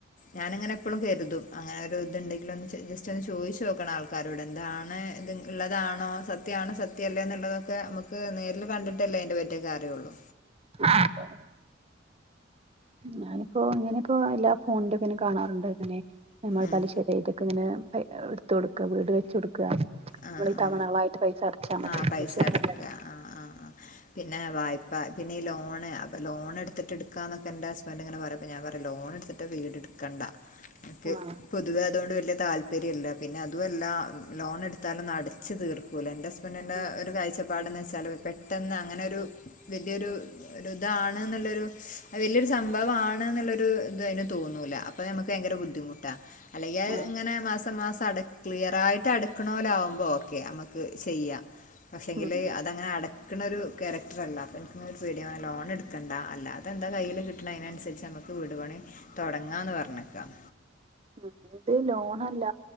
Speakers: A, on the left; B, on the right.
A: ഞാനിങ്ങനെ എപ്പളും കരുതും അങ്ങനെ ഒരു ഇത് ഇണ്ടെങ്കില് ഒന്ന് ജസ്റ്റ് ഒന്ന് ചോദിച്ചു നോക്കണം ആൾക്കാരോട് എന്താണ് ഇത് ഉള്ളതാണോ സത്യമാണോ സത്യ മല്ലേ എന്നുള്ളതൊക്കെ നമുക്ക് നേരിൽ കണ്ടിട്ടല്ലേ അതിന്റെ പറ്റിയൊക്കെ അറിയൂള്ളൂ
B: ആ അതേ അതേ ഞാനിപ്പോ ഇങ്ങനെ ഇപ്പോ എല്ലാ ഫോണിന്റെ <unintelligible> കാണാറുണ്ട് ഇങ്ങനെ നമ്മൾ
A: ഉം
B: പലിശ്ശ ഇതൊക്കെ ഇങ്ങനെ പ എടുത്ത് കൊടുക്കുക വീട് വെച്ച് കൊടുക്കുക
A: ആ
B: നമ്മളീ തവണകളായിട്ട്
A: ആ
B: പൈസ അടച്ചാൽ മതി
A: ആ പൈസ
B: പലിശ ഇല്ലാതെ
A: അടക്കുക ആ ആ ആ പിന്നെ വായ്പ പിന്നെ ഈ ലോണ് അപ്പോ ലോണ് എടുത്തിട്ട് എടുക്കാന്നൊക്കെ എന്റെ ഹുസ്ബൻഡ് ഇങ്ങനെ പറയുമ്പോ ഞാൻ പറയും ലോൺ എടുത്തിട്ട് വീട് എടുക്കണ്ട നമുക്ക്
B: ആഹ്
A: പുതുതായത് കൊണ്ട് വല്ല്യ താല്പര്യമില്ല പിന്നെ അതുവല്ല ലോൺ എടു ത്താലൊന്നും അടച്ച് തീർക്കൂല എന്റെ ഹുസ്ബൻഡിന്റെ
B: ആഹ്
A: ഒരു കാഴചപ്പാടെന്ന് വെ ചിലവ് പെട്ടെന്ന് അങ്ങനൊരു വലിയൊരു ഒരു ഇതാണ് എന്നുള്ളൊരു വലിയൊരു സംഭവം അപ്പോ ആണ് എന്നൊള്ളൊരു ഇത് അതിന് തോന്നൂല അപ്പൊ നമുക്ക് ഭയങ്കര ബുദ്ധിമുട്ടാ അല്ലെങ്കിൽ
B: ആഹ്
A: ഇങ്ങനെ മാസം മാസം അട ക്ലിയറായിട്ട് അട ക്കണ പോലെ ആകുമ്പോ ഓക്കെയാ നമുക്ക് ചെയ്യാം പക്ഷെങ്കില്
B: ഉം
A: അതങ്ങനെ അടക്കണൊരു ക്യാരക്ടറല്ല അപ്പൊ എനിക്ക് ഇനിയൊരു പേടിയാണ് ലോൺ എടുക്കണ്ട അല്ലാതെന്താ കയ്യില് കിട്ടണെ അതിനുരിച്ച് നമുക്ക് വീട് പണി തൊടങ്ങാന്ന് പറഞ്ഞേക്കാം
B: ഉം ഇത് ലോണല്ല